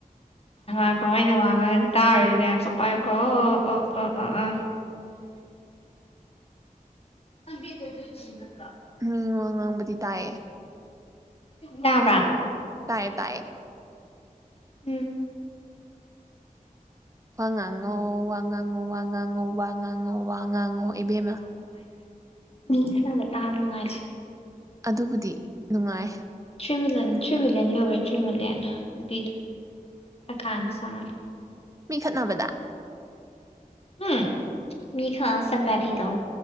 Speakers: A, on the left (about 45°); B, on the right (about 20°).
A: ꯑꯀꯣ ꯑꯩꯅ ꯋꯥꯡꯉꯒꯗꯤ ꯇꯥꯔꯨꯔꯗꯤ ꯑ ꯄꯥꯏꯌꯀꯣ ꯑꯣ ꯑꯣ ꯑꯣ ꯑꯥ ꯑꯗꯨ
B: ꯃꯤ ꯋꯥ ꯉꯥꯡꯕꯗꯤ ꯇꯥꯏꯌꯦ
A: ꯇꯥꯕꯔꯥ
B: ꯇꯥꯏꯌꯦ ꯇꯌꯦ
A: ꯎꯝ
B: ꯋꯥꯉꯥꯡꯉꯣ ꯋꯥꯉꯥꯡꯉꯣ ꯋꯥꯉ ꯉꯥꯡꯉꯣ ꯋꯥ ꯉꯥꯡꯉꯣ ꯋꯥ ꯉꯥꯡꯉꯣ ꯏꯕ ꯃꯥ
A: ꯈꯂꯕꯇꯥꯕꯅ ꯃꯥꯖ
B: ꯑꯗꯨꯕꯨꯗꯤ ꯅꯨꯡꯉꯥꯏ
A: ꯃꯤꯂꯌꯟ ꯃꯤꯂꯤꯌꯟꯅꯤ ꯍꯧꯕꯦ ꯆꯦꯃꯤꯂꯤꯌꯟ ꯅꯨꯄꯤꯗ ꯄꯀꯥꯟ ꯁꯥꯕ
B: ꯃꯤꯈꯠꯅꯕꯗ
A: ꯎꯝ ꯃꯤ ꯍꯥ ꯁꯝꯄꯦꯇꯗ